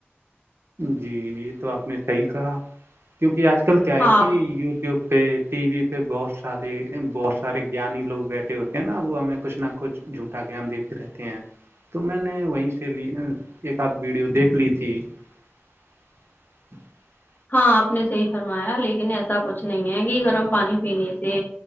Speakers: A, on the right; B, on the left.
A: جی جی تو آپ نے صحیح کہا کیونکہ آج کل کیا ہے
B: ہاں
A: کہ یوٹیوب پہ ٹی وی پہ بہت تالے بہت سارے جانی لوگ بیٹھے ہوتے ہیں نہ وہو ہمیں کچ نہ کچھ جھوٹا گیان دیتے رہتے ہیں تو میں نے وہیں سے ایک آدھ ویڈیو دیکھ لی تھی <inaudible>
B: ہاں آپ نے صحیح فرمایا لیکن ایسا کچھ نہیں ہے کہ گرم پانی پینے سے